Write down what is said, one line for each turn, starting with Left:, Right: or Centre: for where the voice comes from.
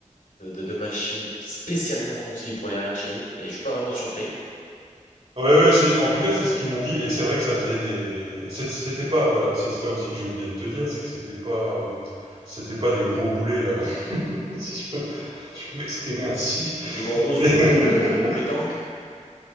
Left: de, de- de machine spécialement conçue pour les arancini, mais je suis pas vraiment surpris.
Right: Ouais, ouais, c'est, en tout cas, c'est ce qu'ils m'ont dit. Et c'est vrai que ça faisait des. c'est- C'était pas. Voilà, c'est ça aussi que j'ai oublié de te dire, c'est que c'était pas. euh, C'était pas des gros boulets, là, <laughs> si je peux, <laughs> je peux m'exprimer ainsi.
Left: Des grosses
Right: Mais
Left: boules
Right: <laughs>
Left: euh, de pétanque.